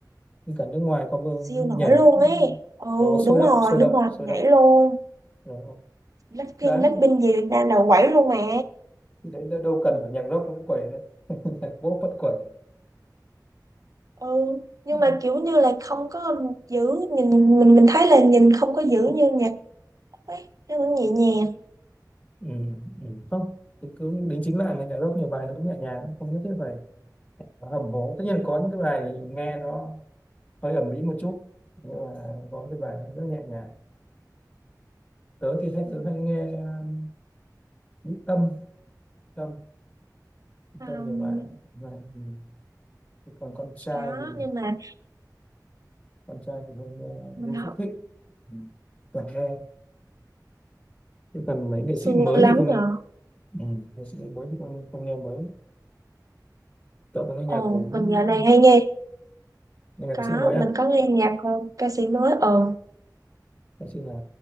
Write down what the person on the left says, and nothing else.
nhưng cả nước ngoài cover
nhảy
nó sôi
động
sôi động
sôi
động
Ờ,
đấy
thì đấy đâu đâu cần phải nhạc rock vẫn quẩy đấy <laughs> nhạc pop vẫn quẩy
ừ.
Ừ. không cứ đính chính lại là nhạc rock nhiều bài nó cũng nhẹ nhàng không nhất thiết phải nó hầm hố tất nhiên có những cái bài nghe nó hơi ầm ĩ một chút nhưng mà có cái bài nó rất nhẹ nhàng tớ thì hay
tớ hay nghe uh, Mỹ Tâm Tâm Mỹ
Tâm nhiều bài mà ừ. Thế còn con trai
thì
con trai thì hay nghe
Noo
Phước Thịnh ừ. toàn nghe Thế còn mấy nghệ
sĩ mới
thì không
ừ. nghệ sĩ mới thì không không nghe mới cậu có nghe nhạc
của những
nghe nhạc
ca sĩ mới à
ca sĩ là